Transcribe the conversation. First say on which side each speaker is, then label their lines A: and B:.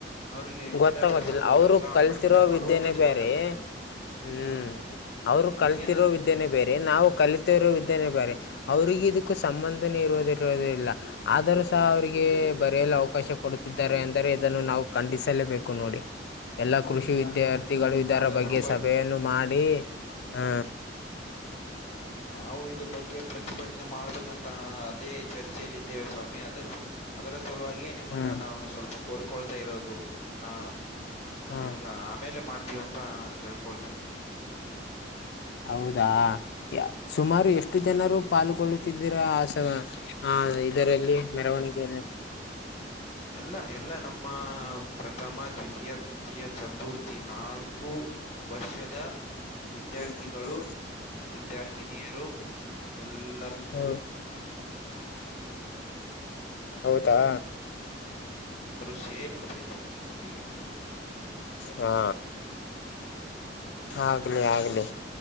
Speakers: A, on the left (about 40°); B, on the left (about 65°).
A: ಅವ್ರಿಗೆ
B: ಗೊತ್ತಾಗೋದಿಲ್ಲ
A: ಗಿಡ ಬೆಳೆಸೋದ್ ಗೊತ್ತಾಗುತ್ತ
B: ಅವರು
A: ಅವ್ರ
B: ಕಲ್ತಿರೋ
A: ಮಣ್ಣಿನ ಫಲವತ್ತದ
B: ವಿದ್ಯೆನೆ ಬೇರೆ
A: ಗೊತ್ತಾಗುತ್ತ
B: ಹ್ಮ್
A: ಹಾ
B: ಅವ್ರು ಕಲ್ತಿರೋ
A: ಇದೇನಂತ
B: ವಿದ್ಯೆನೆೇ ಬೇರೆ ನಾವು ಕಲಿತಿರೋ ವಿದ್ಯೆನೆೇ ಬೇರೆ. ಅವ್ರಿಗೆ ಇದಕ್ಕೂ ಸಂಬಂಧನೇ ಇರೋದಿರೋದೇ ಇಲ್ಲ. ಆದರೂ ಸಹ ಅವ್ರಿಗೆ ಬರೆಯಲು ಅವಕಾಶ ಕೊಡ್ತಿದ್ದಾರೆ ಅ. ಆದರೆ ಇದನ್ನು ನಾವು ಖಂಡಿಸಲೇಬೇಕು ನೋಡಿ ಎಲ್ಲಾ ಕೃಷಿ ವಿದ್ಯಾರ್ಥಿ. ವ ಇದರ
A: ಆದ
B: ಬಗ್ಗೆ ಸಭೆಯನ್ನು ಮಾಡಿ ಹ.
A: ನಾವು ಇದ್ರ ಬಗ್ಗೆ ಪ್ರತಿಭಟನೆ ಮಾಡ್ಬೇಕಂತ. ಅದೇ ಚರ್ಚೆಯಲ್ಲ ಇದಿದ್ದೇವೆ ಸ್ವಾಮಿ ಅದರ ಅದರ ಸಲುವಾಗಿಯೇ ನಿಮ್ಮನ್ನ
B: ಹ್ಮ್
A: ನಾನು ಸ್ವಲ್ಪ. ಕೋರ್ಕೊಳ್ತಾ ಇರೋದು ನಾ
B: ಹ್ಮ್
A: ನಿಮ್ಗ ಆಮೇಲೆ ಮಾಡ್ತೀವಂತ. ಕೇಳ್ಕೊಳ್ತೀನಿ.
B: ಹೌದಾ ಸುಮಾರು ಎಷ್ಟು ಜನರು ಪಾಲ್ಗೊಳ್ಳುತ್ತಿದ್ದಿರ ಆಸ. ಹ ಇದರಲ್ಲಿ ಮೆರವಣಿಗೆಯಲ್ಲಿ.
A: ಎಲ್ಲ ಎಲ್ಲ ನಮ್ಮ ಪ್ರಥಮ ದ್ವಿತೀಯ ತೃತೀಯ ಚ. ತುರ್ಥಿ ನಾಲ್ಕು ವರ್ಷದ. ವಿದ್ಯಾರ್ಥಿಗಳು
B: ಹ್ಮ್.
A: ವಿದ್ಯಾರ್ಥಿನಿಯರು ಎಲ್ಲ.
B: ಹಾ. ಹೌದಾ.
A: ಅವರು ಶೇರಿ ಅಂತ ಇದ್ದೀವಿ ನಂದಿಗೆ.
B: ಹಾ. ಆಗ್ಲಿ ಆಗ್ಲಿ